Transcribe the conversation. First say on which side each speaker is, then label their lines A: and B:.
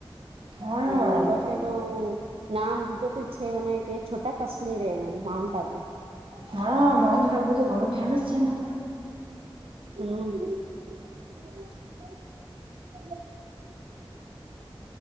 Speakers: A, on the right; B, on the right.
A: હા
B: હ બટે તો નામ દીધું છે વ નય તે છોટા કાશ્મીર એવું માઉન્ટ આબુ
A: હા માઉન્ટ આબુ તો ઘણ ફેમસ છેને.
B: હમ્મ.